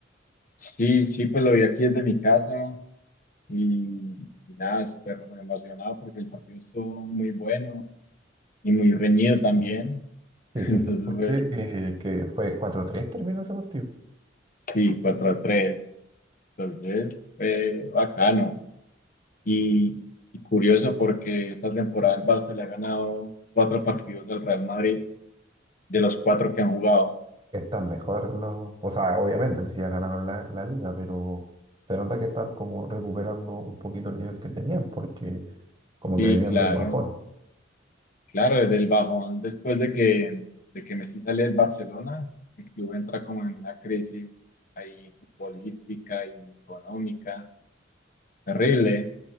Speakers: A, on the left; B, on the right.
A: sí, sí, pues lo vi aquí desde mi casa y, y nada, súper emocionado porque el partido estuvo muy bueno y muy reñido también.
B: Sí,
A: <laughs>
B: sí,
A: Entonces
B: eso escuché
A: fue,
B: que, que fue cuatro tres, terminó ese partido.
A: sí, cuatro a tres Entonces fue bacano y, y curioso porque esta temporada el Barça le ha ganado cuatro partidos del Real Madrid de los cuatro que han jugado.
B: están mejor los, o sea, obviamente, pues si ya ganaron la, la liga, pero se nota que están como recuperando un poquito el nivel que tenían, porque como
A: Sí,
B: que venían
A: claro,
B: de un bajón.
A: claro, desde el bajón, después de que, de que Messi sale del Barcelona, el club entra como en una crisis ahí futbolística y económica terrible,